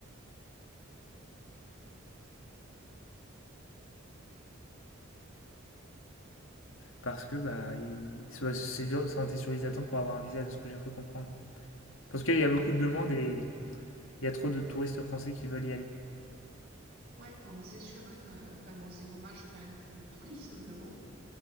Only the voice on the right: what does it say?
oui
ouais bon mais c'est sûr hein euh, enfin bon c'est dommage quand même pour le tourisme <laughs> mais bon